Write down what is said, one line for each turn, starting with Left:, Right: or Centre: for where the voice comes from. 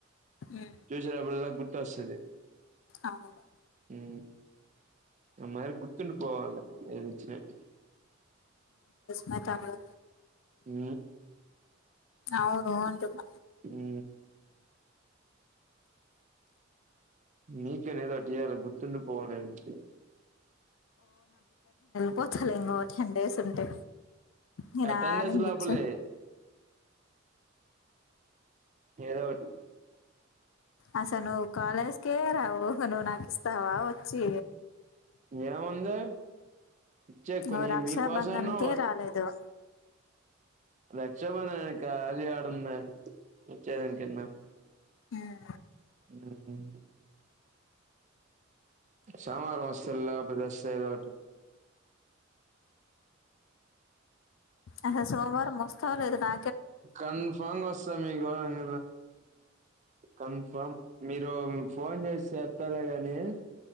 Left: ఉమ్
Right: చూసినప్పుడల గుర్తొస్తాది
Left: అవును
Right: ఊ ఆ మారి గుర్తుండి పోవాల నేన్ ఇచ్చినట్టు
Left: మ తమ్ముడు
Right: ఊ
Left: అవును అంటున్నా
Right: ఊ నీకనే ఏదోటియలా గుర్తుం పోవడానికి
Left: పొతలంగవట్ టెన్ డేస్ ఉంటే నేనానింగిచ్చు
Right: అటెండెన్స్ లోపలే ఏదో ఒటి
Left: అస నువ్వు కాలేజ్కే రావు ఇగ నువ్వు నాకు ఇస్తావా వచ్చి
Right: ఏముంది ఇచ్చే కొని
Left: ఓ రక్షాబంధన్కే
Right: మీకోసమన్నా
Left: రాలేదు
Right: రక్షబంధన్ కా అది ఆడుందే వచ్చెదాన్కన్న
Left: ఉమ్.
Right: ఊ సోమార మస్తల్లా అపుడు బస్ ద ఏదో ఒకటి
Left: అహ సోమవారం మోస్తవో లేదో నా
Right: కన్ఫామ్ గా వస్తా మీకు <unintelligible> కన్ఫామ్ మీ ఇగో మీరు ఫోన్ చేస్తే ఎత్తల గాని